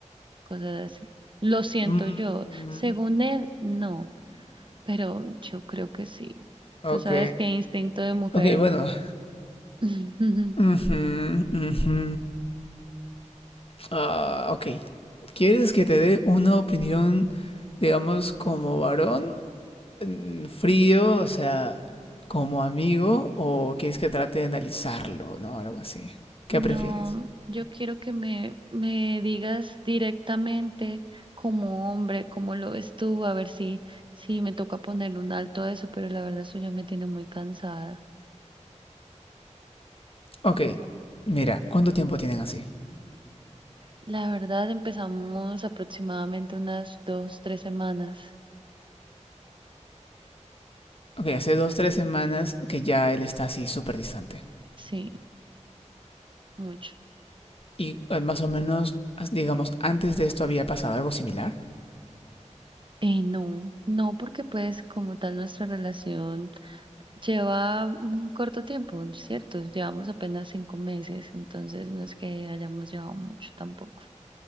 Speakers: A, on the right (about 40°); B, on the left (about 50°).
A: cosas así. Lo siento
B: mm,
A: yo, según él, no. pero yo creo que sí.
B: ok.
A: Tú sabes que instinto de mujer.
B: Ok, bueno.
A: <laughs>
B: Ujú, ujú. Ah, ok. ¿Quieres que te dé una opinión, digamos, como varón, mm, frío, o sea, como amigo, o quieres que trate de analizarlo, ¿no? Algo así. ¿Qué
A: No,
B: prefieres?
A: yo quiero que me, me digas directamente como hombre, cómo lo ves tú, a ver si, si me toca poner un alto a eso, pero la verdad eso ya me tiene muy cansada.
B: Ok, mira, ¿cuánto tiempo tienen así?
A: La verdad empezamos aproximadamente unas dos, tres semanas.
B: Ok, hace dos, tres semanas que ya él está así súper distante.
A: Sí, mucho.
B: Y eh, más o menos, as- digamos, antes de esto había pasado algo similar.
A: Eh, no, no, porque pues como tal nuestra relación Lleva un corto tiempo, ¿cierto? Llevamos apenas cinco meses, entonces no es que hayamos llevado mucho tampoco.